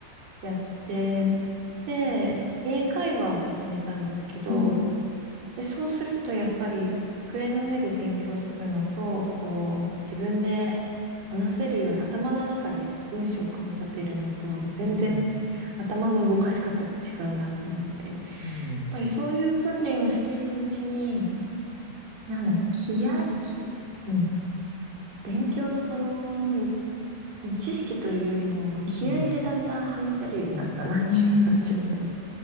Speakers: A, on the right; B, on the left.
A: やって、で、英会話を始めたんですけど、
B: うん、
A: で、そうするとやっぱり机の上で勉強するのと、こう、自分で話せるように頭の中で文章を組み立てるのと、全然
B: うん。
A: 頭の動かし方が違うなと思って、やっ
B: うん、
A: ぱりそういう訓練をしていくうちに、なんだろう、気合気、うん、勉強のその、知識というよりも、気合でだんだん話せるようになったなっていうのはちょっと
B: うん、うん、